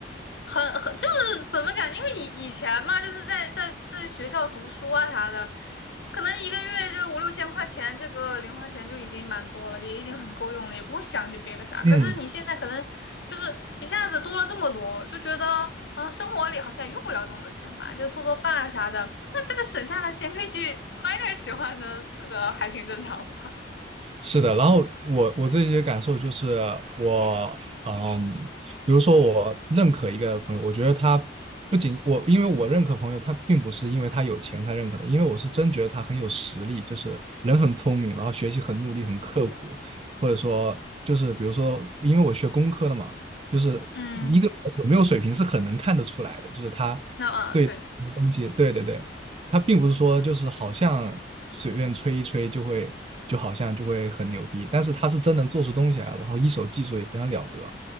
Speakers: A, on the left; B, on the right.
A: 很很就是怎么讲？因为以以前嘛，就是在在在学校读书啊啥的，可能一个月就五六千块钱，这个零花钱就已经蛮多了，也已经很够用了，也不会想些别的啥。可是你现在可能就是一下子多了这么多，
B: 嗯。
A: 就觉得嗯，生活里好像用不了这么多钱吧，就做做饭啊啥的。那这个省下的钱可以去买点儿喜欢的，这个还挺正常的吧？
B: 是的，然后我我自己的感受就是我，嗯，比如说我认可一个朋友，我觉得他不仅我，因为我认可朋友，他并不是因为他有钱才认可的，因为我是真觉得他很有实力，就是人很聪明，然后学习很努力，很刻苦，或者说就是比如说，因为我学工科的嘛，就是
A: 嗯，
B: 一个人有没有水平是很能看得出来的，就是他
A: 那嗯，
B: 对东西，
A: 对，
B: 对对对，他并不是说就是好像随便吹一吹就会，就好像就会很牛逼，但是他是真能做出东西来，然后一手技术也非常了得，